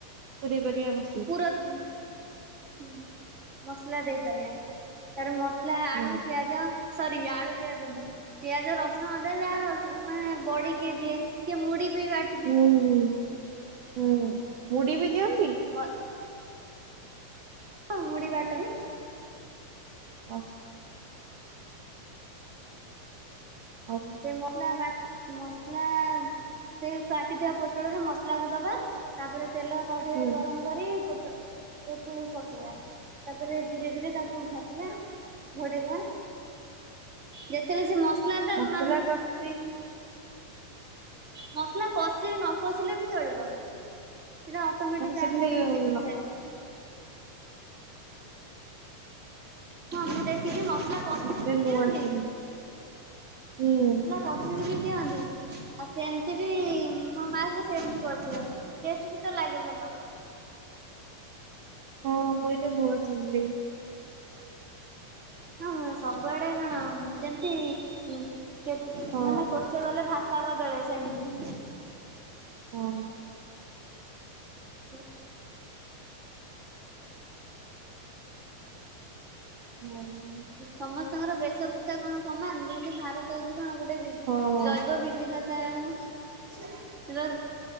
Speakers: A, on the right; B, on the right.
A: ପୁରେଇ ପରିଆ ଆଉ।
B: ପୁର ହଁ ମସଲା ଦେଇପାରିଆ। ଏାର ମସଲା
A: ହୁଁ
B: ଆଳୁ ପିଆଜ ସରି ଆଳୁ ପିଆଜ ନୁହଁ। ପିଆଜ ରସୁଣ ଅଦା ଯାହା ର ମାନେ ବଡି କି ଦିଏ କିଏ ମୁଡି ବି ବାଟ
A: ହୁଁ ହୁଁ ହୁଁ ମୁଡି ବି ଦିଅନ୍ତି?
B: ମ ହଁ ମୁଡି ବାଟଇ।
A: ଓହ। ଆଉ।
B: ସେ ମସଲା ବାଟ ମସଲା ସେଇ କାଟିଥିବା ପୋଟଳରେ ମସଲା କୁ ଦବା। ତାପରେ ତେଲ କଢ଼େଇରେ
A: ହୁଁ
B: ଗରମ କରି। ପୁଟ ପୋଟଳ କୁ ପକେଇଆ ତାପରେ ଧୀରେ ଧୀରେ ତାକୁ ଭାଜିବା। ଘୋଡେଇ ଦବା ଯେତେବେ ସେ ମସଲା। ଟା
A: ମସଲା
B: ମା
A: କସିଚି।
B: ମସଲା କଷି ନ କଷିଲେ ବି ଚଳିବ ସେଟା ଅଟୋମେଟିକ
A: ମାନେ ସେମିତି
B: ତା ଭିତରେ ସିଝିଯାଏ।
A: ନ-
B: ହଁ ମୁଁ ଦେଖିଛି ମସଲା। କଷିକି
A: ଏବେ
B: ବି
A: ନୂଆ
B: ଦିଅନ୍ତି
A: କିଣି ହୁଁ।
B: କସିବିଶି ଦିଅନ୍ତି ଆଉ ସେମିତି ବି ମୋ ମା ସହ ସେମିତି କରିଦିଅନ୍ତି। ଟେଷ୍ଟ ବି ତ ଲାଗେ ଭଲ।
A: ହଁ ମୁଁ ଏଟା ନୁଆ ଶୁଣିଲି।
B: ହ ହ ସବୁଆଡେ କଣ ଯେମିତି ଉଁ କତେ
A: ହଁ
B: ମାନେ କୋଷେ ଗଲେ ଘାସ ତା ବଦଳେ ସେମିତି।
A: ହଁ।
B: ହୁଁ।
A: ହୁଁ ଉଁ।
B: ସମସ୍ତଙ୍କର ବେଶ ଭୁଷା କଣ ସମାନ ଯେମତି ଭାରତ ହଉଛି କଣ ଗୋଟେ ବି
A: ହଁ।
B: ଜୈବ ବିଭିନ୍ନତାର